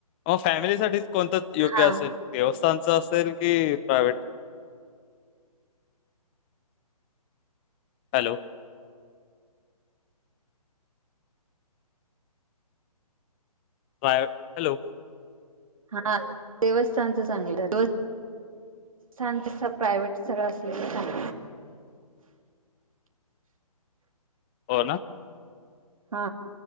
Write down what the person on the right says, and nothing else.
हा
हा आ देवस्थानचं चांगलं हाय देव थांब तेचा प्रायव्हेट स्थळ असलेले सांग
हा